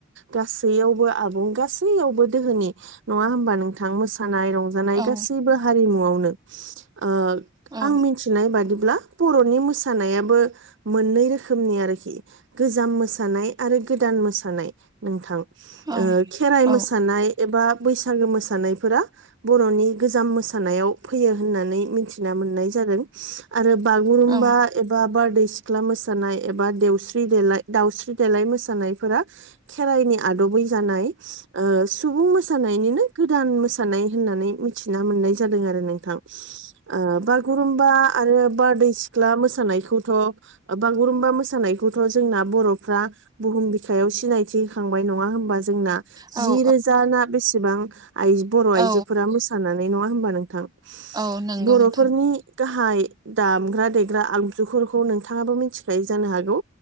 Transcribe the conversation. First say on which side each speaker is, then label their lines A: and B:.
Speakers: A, on the right; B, on the right.
A: गासैयावबो आबुं गासैयावबो दोहोनि नङा हबा नोंथां मोस रंजानाय
B: औ
A: गासैबो हारिमुवानो ओ
B: औ
A: आं मिथिनाय बादिब्ला बर नि मोसानायाबो मोननै रोखोमनि आरोखि गोजाम मोसानाय आरो गोदान मोसानाय नोंथां
B: औ
A: खेराइ
B: औ
A: मोसानाय एबा बैसागो मोसानायफोरा बर'नि गोजाम मोसानायाव फैयो होननानै मिथिना मोननाय जायो आरो बुरुमबा
B: औ
A: एबा सिख्ला मोसानाय एबा दस्रि दाय दाउस्रि देलाय मोसानायफोरा खेरायनि आदबै जानाय सुबुं मोसानायनिनो गोद गोदान मोसानाय होननानै मिथिना मोननाय जादों आरो नोंथां बागुरुम्बा आरो बारदै सिख्ला मोसानायखौथ' बागुरुमबा मोसानायखौथ' जोंना बर'फ्रा बुहुम बिखायाव सिनायथि होखांबाय नङा होनोमबा जोंना
B: औ
A: जि रोजा ना बेसेबां बर'
B: औ
A: आइजोफोरा मोसानानै नङा होनबा नोंथां
B: औ नंगौ
A: बर'फोरनि
B: नोंथां
A: गाहाय दामग्रा देग्रा आगजुफोरखौ नोंथाङाबो मिथिखायो जानो हागौ